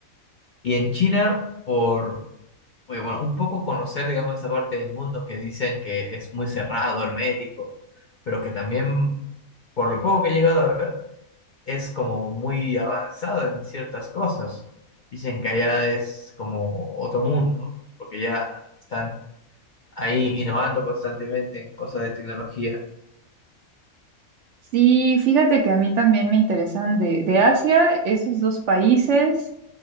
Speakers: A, on the left; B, on the right.
A: Y en China, por, oye, bueno, un poco conocer, digamos, esa parte del mundo que dicen que es muy cerrado, hermético, pero que también, por lo poco que he llegado a ver, es como muy avanzado en ciertas cosas. Dicen que allá es como otro mundo, porque ya están ahí innovando constantemente en cosas de tecnología.
B: Sí, fíjate que a mí también me interesan de, de Asia, esos dos países,